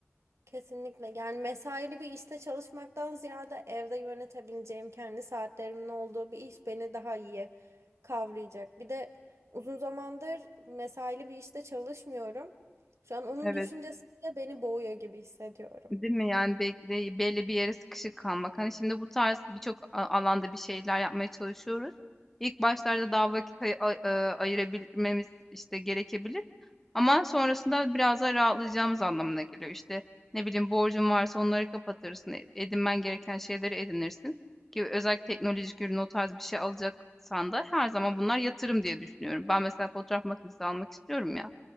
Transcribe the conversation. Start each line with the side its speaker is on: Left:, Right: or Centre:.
Right: kesinlikle yani mesaili bir işte çalışmaktan ziyade evde yönetebileceğim kendi saatlerimin olduğu bir iş beni daha iyi kavrayacak. Bir de uzun zamandır mesaili bir işte çalışmıyorum. Şu an onun
Centre: Evet.
Right: düşüncesiyle beni boğuyor gibi hissediyorum.
Centre: Değil mi? Yani belli, belli bir yere sıkışık kalmak. Hani şimdi bu tarz birçok a- alanda bir şeyler yapmaya çalışıyoruz. İlk başlarda daha vakit ay- ay- e, ayırabilmemiz işte gerekebilir. Ama sonrasında biraz daha rahatlayacağımız anlamına geliyor. İşte ne bileyim borcun varsa onları kapatırsın. e- Edinmen gereken şeyleri edinirsin. Ki özellikle teknolojik ürün o tarz bir şey alacaksan da her zaman bunlar yatırım diye düşünüyorum. Ben mesela fotoğraf makinesi almak istiyorum ya.